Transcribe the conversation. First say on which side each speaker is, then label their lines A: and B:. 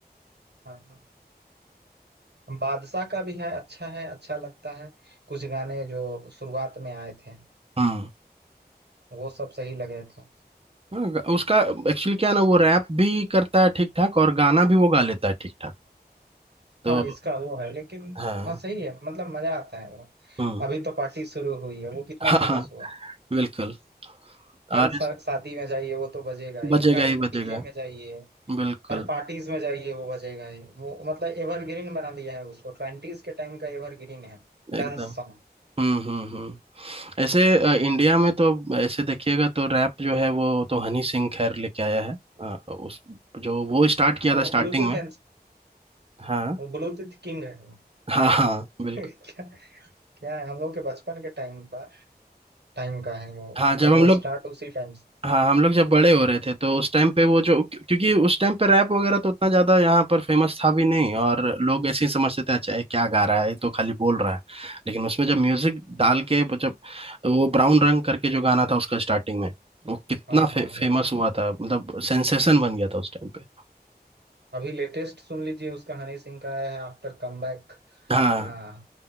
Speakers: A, on the right; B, on the right.
A: हाँ हाँ। बादशाह का भी है अच्छा है अच्छा लगता है कुछ गाने जो शुरुआत में आए थे
B: हम्म
A: वो सब सही लगे थे
B: हाँ, गा- उसका एक्चुअली क्या है ना वो रैप भी करता है ठीक ठाक और गाना भी वो गा लेता है ठीक ठाक तो
A: हाँ इसका वो है लेकिन
B: हाँ
A: हाँ सही है मतलब मजा आता है वो
B: हम्म
A: अभी तो पार्टी शुरू हुई है वो कितना
B: हाँ
A: फेमस
B: हाँ
A: हुआ
B: बिल्कुल और
A: हर शा-
B: इस-
A: शादी में जाइए वो तो बजेगा ही
B: बजेगा
A: हर
B: ही बजेगा
A: डीजे में जाइए
B: बिल्कुल
A: हर पार्टीज में जाइए वो बजेगा ही वो मतलब एवरग्रीन बना दिया है उसको ट्वेंटीज के टाइम का एवरग्रीन है
B: एकदम
A: डांस सॉन्ग
B: हम्म हम्म हम्म ऐसे अ, इंडिया में तो ऐसे देखिएगा तो रैप जो है वो तो हनी सिंह खैर लेके आया है अ, उस जो वो स्टार्ट किया
A: वो
B: था स्टार्टिंग
A: ब्लूटूथ
B: में हाँ
A: वो ब्लू टिथ किंग है वो
B: हाँ हाँ बिल्कुल
A: <laughs> क्या क्या है हम लोग के बचपन के टाइम का टाइम का है वो
B: हाँ
A: मतलब
B: जब
A: वो
B: हम लोग
A: स्टार्ट उसी टाइम से
B: हाँ हम लोग जब बड़े हो रहे थे तो उस टाइम पे वो जो क्यों- क्योंकि उस टाइम पे रैप वगैरह तो उतना ज्यादा यहाँ पर फेमस था भी नहीं और लोग ऐसे ही समझते थे अच्छा ये क्या गा रहा है ये तो खाली बोल रहा है लेकिन उसमें जब म्यूजिक डाल के जब वो ब्राउन रंग करके जो गाना था उसका स्टार्टिंग में वो कितना
A: हाँ
B: फे,
A: हाँ
B: फेमस
A: वो
B: हुआ था मतलब सेंसेशन बन गया था उस टाइम पे
A: अभी लेटेस्ट सुन लीजिए उसका हनी सिंह का है आफ्टर कमबैक
B: हाँ
A: हाँ